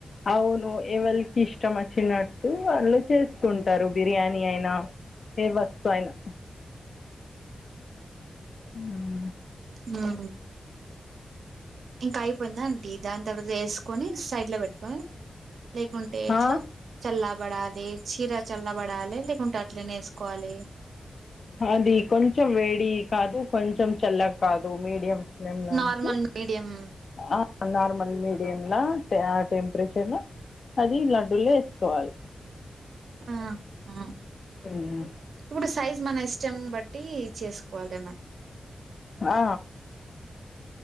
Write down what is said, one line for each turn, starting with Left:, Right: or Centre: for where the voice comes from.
Left: అవును ఎవరికి ఇష్టం వచ్చినట్టు వాళ్ళు చేసుకుంటారు బిర్యానీ అయినా ఏ వస్తు అయినా హ్మ్మ్
Right: హ్మ్మ్ ఇంకా అయిపోయిందా అండి దాని తర్వాత వేసుకొని సైడ్ లో పెట్టుకొని లేకుంటే ఎట్లా
Left: ఆ
Right: చల్లాబడాలి చీర చల్లబడాలి లేకుంటే అట్లేనే వేసుకోవాలి
Left: అది కొంచెం వేడి కాదు కొంచెం చల్లకు కాదు మీడియం ఫ్లేమ్లో
Right: నార్మల్
Left: ఉంచి
Right: మీడియంమ్
Left: ఆ నార్మల్ మీడియంంలా టెంపరేచర్ లా అది లడ్డుల్లో వేసుకోవాలి
Right: ఆ ఆహ్
Left: మ్మ్.
Right: ఇప్పుడు సైజ్ మన ఇష్టం బట్ బట్టి చేసుకోవాలి మని
Left: ఆ